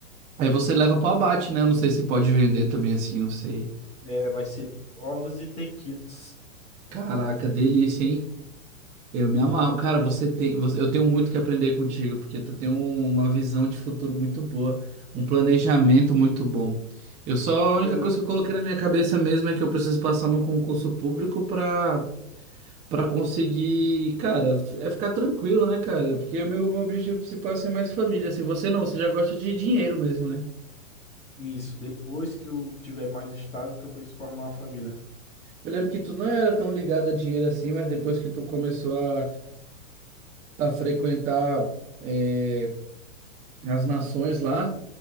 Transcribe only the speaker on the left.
É, vai ser ovos e tequitos.
Pois
é.
Isso, depois que eu tiver mais estável, que eu penso em formar uma família.